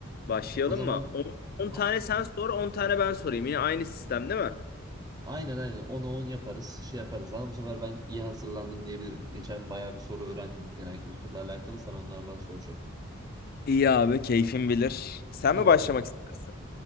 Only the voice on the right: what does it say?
O zaman
ha-
aynen aynen 10'a 10 yaparız, şey yaparız. Ama bu sefer ben iyi hazırlandım diyebilirim. Geçen bayağı bir soru öğrendim genel kültürle alakalı. Sana onlardan soracağım.
Tamam.